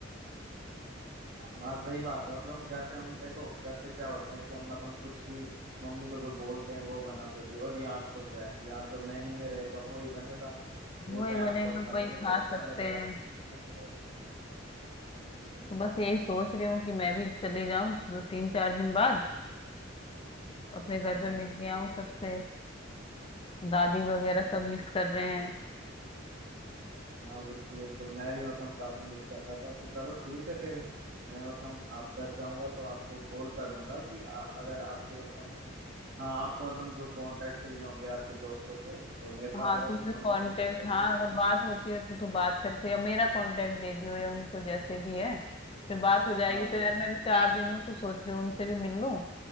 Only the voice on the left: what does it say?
वही
बनेगा
वही
खा
सकते
हैं
तो बस यही सोच रही हूँ कि मैं भी चली जाऊँ दो तीन चार दिन बाद अपने घर
पे मिल के आऊँ सबसे दादी वगैरह सब मिस कर रहे हैं
हाँ
तुम
मेरे
कांटेक्ट
हाँ
अगर बात होती है तो तू बात करके या मेरा कांटेक्ट दे दियो या उनको जैसे भी है फिर बात हो जाएगी
तो
यार मैं भी चार दिन हूँ तो सोच रही हूँ उनसे भी मिल लूँ